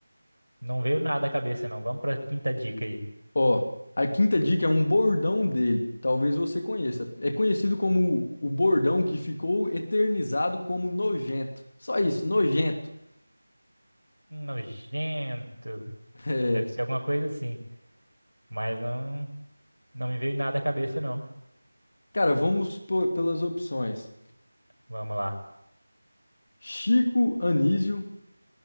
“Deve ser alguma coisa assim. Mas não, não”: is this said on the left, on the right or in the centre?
Right